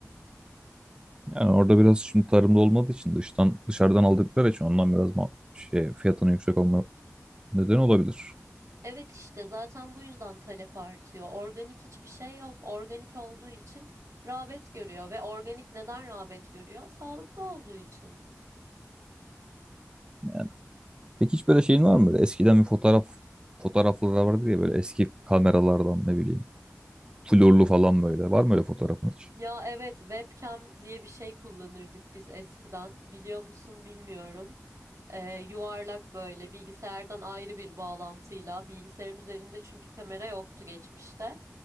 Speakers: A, on the right (about 15°); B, on the right (about 75°).
A: Yani orada biraz şimdi tarımda olmadığı için dıştan dışarıdan aldıkları için ondan biraz ma- şey fiyatının yüksek olma nedeni olabilir.
B: Evet işte zaten bu yüzden talep artıyor. Organik hiçbir şey yok. Organik olduğu için rağbet görüyor ve organik neden rağbet görüyor? Sağlıklı olduğu için.
A: Yani peki hiç böyle şeyin var mı böyle eskiden bir fotoğraf fotoğrafları vardır ya böyle eski kameralardan ne bileyim florlu falan böyle var mı öyle fotoğrafın hiç?
B: Ya evet webcam diye bir şey kullanırdık biz eskiden. Biliyor musun bilmiyorum. Ee, yuvarlak böyle bilgisayardan ayrı bir bağlantıyla bilgisayarın üzerinde çünkü kamera yoktu geçmişte.